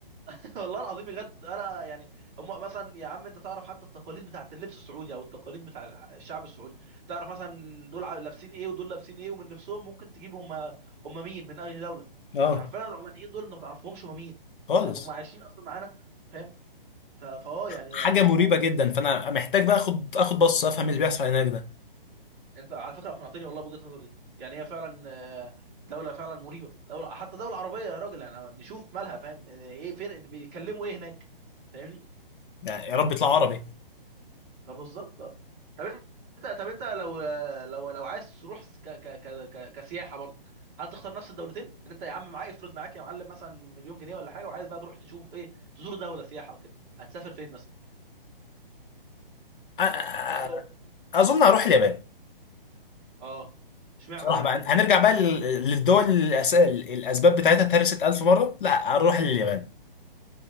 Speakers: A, on the right; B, on the left.
A: <laughs> والله العظيم بجد انا يعني هم مثلا يا عم انت تعرف حتى التقاليد بتاعت اللبس السعودي او التقاليد بتاع الشعب السعودي تعرف مثلا دول عا- لابسين ايه ودول لابسين ايه ومن لبسهم ممكن تجيب هم هم مين من اي دوله
B: اه
A: لكن حرفيا العمانيين دول انت ما تعرفهمش هم مين
B: خالص
A: فاهم هم عايشين اصلا معانا فاهم ف- فاه يعني
B: حاجه
A: آه،
B: مريبه جدا فانا محتاج بقى اخد اخد بص افهم اللي بيحصل هناك ده
A: انت على فكره اقنعتني والله بوجهه النظر دي يعني هي فعلا آه، دوله فعلا مريبه دوله حتى دوله عربيه يا راجل يعني نشوف مالها فاهم يعني ايه فين بيتكلموا ايه هناك فاهمني
B: يعني يا رب يطلع عربي
A: طب بالظبط اه طب انت طب انت لو لو لو عايز تروح ك... ك... ك... ك... كسياحه برضه هل تختار نفس الدولتين ان انت يا عم معاك افرض معاك يا معلم مثلا مليون جنيه ولا حاجه وعايز بقى تروح تشوف ايه تزور دوله سياحه وكده هتسافر فين مثلا
B: أ- أ-
A: اختار
B: أ- اظن هروح اليابان
A: اه اشمعنى
B: صراحه
A: اليابان
B: بقى هنرجع بقى لل- للدول الأس- الاسباب بتاعتها اتهرست 1000 مره لا هروح اليابان